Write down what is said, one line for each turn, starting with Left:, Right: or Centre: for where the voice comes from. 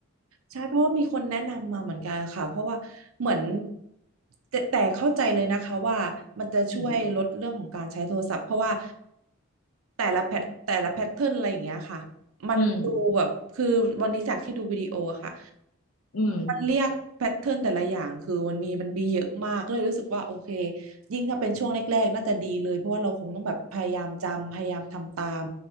Right: ใช่เพราะว่ามีคนแนะนำมาเหมือนกันค่ะเพราะว่าเหมือนแต่แต่เข้าใจเลยนะคะว่ามันจะช่วยลดเรื่องของการใช้โทรศัพท์เพราะว่า
Left: อืม
Right: แต่ละแพทแต่ละแพทเทิร์นอะไรอย่างเงี้ยค่ะมันดูแบบคือวันนี้จากที่ดูวิดีโออะค่ะ
Left: อืมอืม
Right: มันเรียกแพทเทิร์นแต่ละอย่างคือมันมีมันมีเยอะมากก็เลยรู้สึกว่าโอเคยิ่งถ้าเป็นช่วงแรกๆน่าจะดีเลยเพราะว่าเราคงต้องแบบพยายามจำพยายามทำตาม